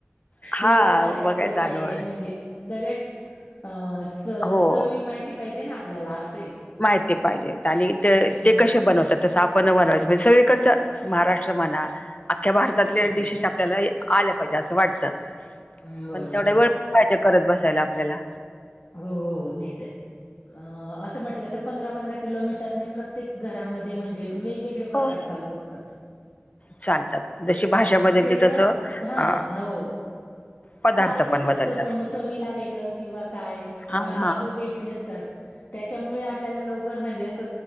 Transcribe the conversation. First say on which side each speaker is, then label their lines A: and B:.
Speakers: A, on the left (about 35°); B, on the left (about 55°).
A: हा
B: नेमकं काय
A: बघायचा
B: असतं काही
A: अनुभव
B: नाही म्हणजे सगळं अ स
A: हो
B: चव ही माहिती पाहिजे ना आपल्याला असं आहे.
A: माहिती पाहिजेत आणि ते
B: हम्म
A: कशे बनवतात तसं आप पण बनवायचा म्हणजे सगळीकडचा महाराष्ट्र म्हणा अख्या भारतातल्या
B: हो
A: डिशेष त्याला ही आलं पाहिजे असं वाटतं
B: हम्म, बरोबर
A: पण तेवढ्या वेळ पण पाहिजे करत बसायला आपल्याला.
B: हो हो तेच आहे अ असं म्हटलं तर पंधरा-पंधरा किलोमीटरने प्र त्येक घरामध्ये म्हणजे वेगवेगळे प्रकार
A: हो
B: चालू असतात.
A: चालतात जशी भाषा बदलते
B: सेमस
A: तसं
B: हा
A: अ
B: हो.
A: पदार्थ
B: सारखंच
A: बदलतात
B: असतं पण मग चव्हीला वेगळं किंवा काय आहे
A: हा
B: अ नावं वेगळी असतात त्याच्यामुळे आपल्याला लवकर म्हणजे असं